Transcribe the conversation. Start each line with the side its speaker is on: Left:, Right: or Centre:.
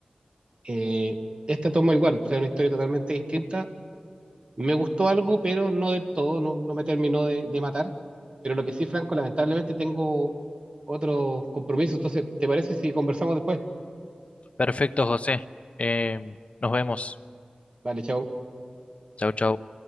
Right: Eh, esta toma igual, o sea, una historia totalmente distinta, Me gustó algo, pero no del todo, no, no me terminó de, de matar. Pero lo que sí, Franco, lamentablemente tengo otro compromiso. Entonces, ¿te parece si conversamos después?
Left: Perfecto, José. Eh, nos vemos.
Right: Vale, chao.
Left: Chau, chau.